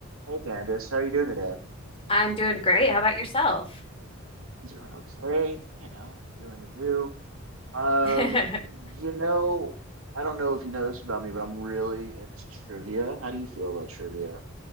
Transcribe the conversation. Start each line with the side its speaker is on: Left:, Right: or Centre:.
Right: Hey Candace, how are you doing today? I'm
Left: I'm doing great. How about yourself?
Right: doing okay, you know, doing the do. Um,
Left: <laughs>
Right: you know, I don't know if you know this about me, but I'm really into trivia. How do you feel about trivia?